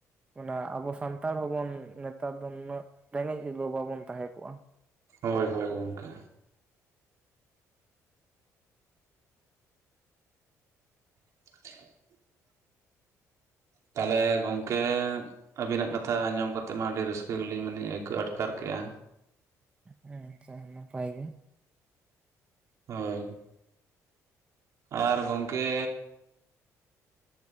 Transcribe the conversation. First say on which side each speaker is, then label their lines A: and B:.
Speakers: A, on the right; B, on the right.
A: ᱚᱱᱟ ᱟᱵᱚ ᱥᱟᱱᱛᱟᱲ ᱦᱚᱵᱚᱱ ᱱᱮᱛᱟᱨ ᱫᱚ ᱱᱩᱱᱟᱹᱜ ᱨᱮᱸᱜᱮᱡ ᱫᱚ ᱵᱟᱵᱚᱱ ᱛᱟᱦᱮᱸ ᱠᱚᱜᱼᱟ᱾
B: ᱦᱳᱭ ᱦᱳᱭ ᱜᱚᱢᱠᱮ᱾ <inaudible> ᱛᱟᱦᱚᱞᱮ ᱜᱚᱝᱠᱮ ᱟᱹᱵᱤᱱᱟᱜ ᱠᱟᱛᱷᱟ ᱟᱸᱚᱢ ᱠᱟᱛᱮᱫ ᱢᱟ ᱟᱹᱰᱤ ᱨᱟᱹᱥᱠᱟᱹ ᱜᱮᱞᱤᱧ ᱢᱟᱱᱮ ᱟᱹᱭᱠᱟᱹᱣ ᱟᱴᱠᱟᱨ ᱠᱮᱜᱼᱟ᱾
A: ᱦᱮᱸ ᱟᱪᱪᱷᱟ ᱱᱟᱯᱟᱭ ᱜᱮ᱾
B: ᱦᱳᱭ᱾ ᱟᱨ ᱜᱚᱝᱠᱮ